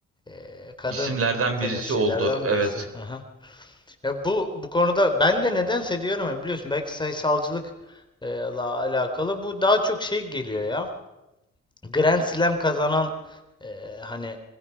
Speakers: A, on the left; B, on the right.
A: e, kadın
B: isimlerden
A: tenisçilerden
B: birisi oldu. Evet
A: birisi. <laughs> Ya bu bu konuda ben de nedense diyorum ya biliyorsun belki sayısalcılık e, la alakalı bu daha çok şey geliyor ya. Grand Slam kazanan e, hani